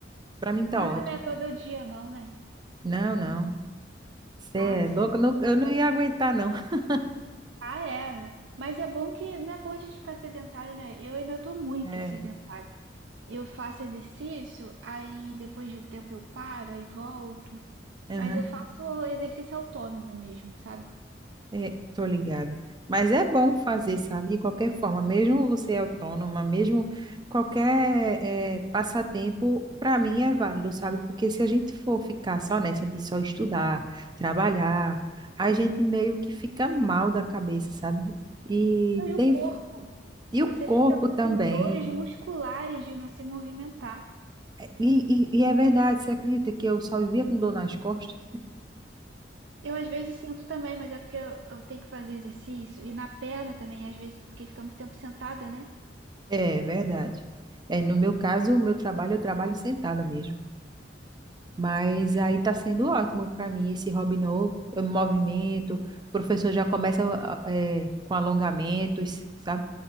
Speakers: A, on the right (about 25°); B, on the right (about 80°).
A: pra mim tá
B: Ah,
A: ótimo.
B: não é todo dia não, né?
A: Não, não. Você
B: Ah,
A: é
B: sim.
A: louco, eu não- eu
B: Tá bom.
A: não ia aguentar, não. <laughs>
B: Ah, é. Mas é bom que não é bom a gente ficar sedentário, né? Eu ainda tô muito
A: É,
B: sedentário. Eu faço exercício, aí depois de um tempo eu paro, aí volto.
A: aham,
B: Mas eu faço exercício autônomo mesmo, sabe?
A: é, tô ligada. Mas é bom fazer, sabe? De qualquer forma, mesmo você autônoma, mesmo qualquer é, passatempo, para mim é válido, sabe? Porque se a gente for ficar só nessa de só estudar, trabalhar, a gente meio que fica mal da cabeça, sabe? E
B: E
A: tem
B: o corpo.
A: e o
B: Você
A: corpo
B: fica
A: também.
B: com dores musculares de não se movimentar.
A: E, e, e é verdade, você acredita que eu só vivia com dor nas costas?
B: Eu às vezes sinto também, mas é porque eu, eu tenho que fazer exercício. E na perna também, às vezes, porque fica muito tempo sentada, né?
A: É verdade. É, no meu caso, o meu trabalho, eu trabalho sentada mesmo. Mas aí tá sendo ótimo para mim esse hobby novo, eu me movimento, o professor já começa ah, ah, é, com alongamentos, sabe?